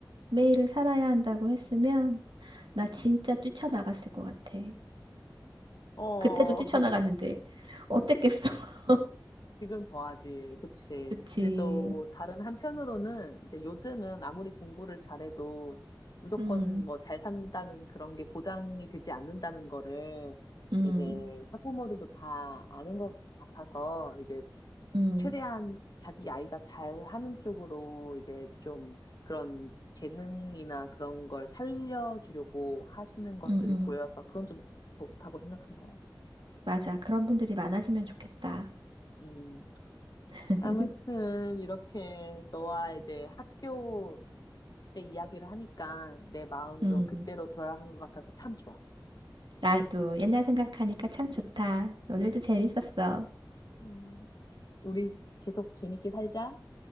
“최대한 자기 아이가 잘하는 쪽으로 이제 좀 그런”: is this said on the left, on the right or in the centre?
Left